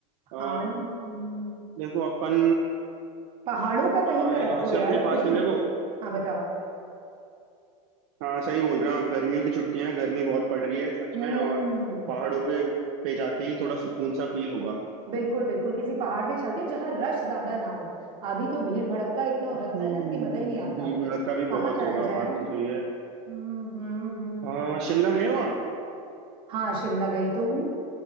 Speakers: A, on the right; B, on the right.
A: आ,
B: हाँ हम्म,
A: देखो अपन
B: पहाड़ों का कहीं
A: आ,
B: का
A: यहाँ
B: रखो
A: से
B: यार
A: अपने
B: क्योंकि
A: पास में देखो
B: हाँ बताओ
A: हाँ सही बोल रहे हो आप गर्मियों की छुट्टियां हैं गर्मी बहुत पड़ रही है सच
B: हम्म
A: में और पहाड़ों के पे जाके ही थोड़ा सुकून सा फील होगा
B: बिल्कुल बिल्कुल किसी पहाड़ में चलते हैं जहां रश ज्यादा ना हो आधी तो भीड़ भड़क का इतना हो
A: हम्म
B: जाता है ना कि मजा ही नहीं आता
A: भीड़ भड़क्का भी
B: कहाँ
A: बहुत
B: जाया
A: होगा
B: जाए
A: बात तो सही है
B: हम्म हम्म हम्म
A: आ,
B: हम्म।
A: शिमला गए हो आप
B: हाँ शिमला गई तो हूँ